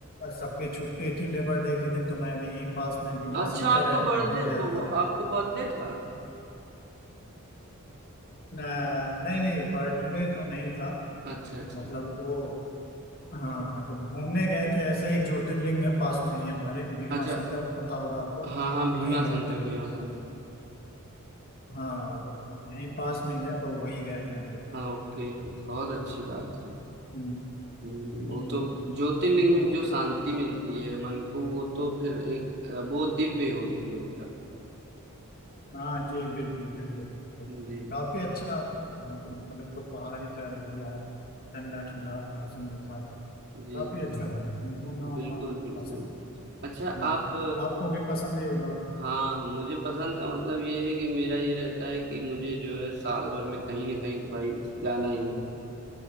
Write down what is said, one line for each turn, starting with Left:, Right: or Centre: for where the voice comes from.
Left: अ, सबकी छुट्टी थी लेबर डे के दिन तो मैं अभी यहीं पास में भीमा
Right: अच्छा
Left: शंकर
Right: आपका
Left: है
Right: बर्थडे
Left: वहां गया
Right: वो
Left: था
Right: आपको बर्थडे था
Left: न- नहीं नहीं बर्थडे तो नहीं था
Right: अच्छा अच्छा
Left: मतलब वो हाँ मतलब घूमने गए थे ऐसे एक ज्योतिर्लिंग है पास में ही हमारे भीमा
Right: अच्छा
Left: शंकर पता होगा आपको
Right: हाँ हाँ भीमा
Left: वहीं गए
Right: शंकर
Left: थे हम
Right: भीमा
Left: लोग
Right: शंकर
Left: हाँ वो यहीं पास में ही है तो वहीं गए थे हम लोग
Right: हाँ, ओके बहुत अच्छी बात है
Left: हम्म,
Right: हम्म,
Left: हम्म,
Right: वो तो ज्योतिर्लिंग
Left: तो
Right: में जो शांति मिलती है मन को वो तो फिर एक वो दिव्य होती है एकदम।
Left: हाँ जी बिल्कुल बिल्कुल तो
Right: जी
Left: काफी अच्छा हाँ, तो मतलब एक तो पहाड़ी का एरिया है ठंडा ठंडा मौसम भी था
Right: जी
Left: काफी
Right: जी
Left: अच्छा था हम्म। घूमना
Right: बिल्कुल
Left: उमना
Right: बिल्कुल
Left: पसंद है
Right: अच्छा आप
Left: हम्म, आपको भी पसंद ही होगा
Right: अ, हाँ मुझे पसंद का मतलब ये है कि मेरा ये रहता है कि मुझे जो है साल भर में कहीं ना कहीं तो भाई जाना ही है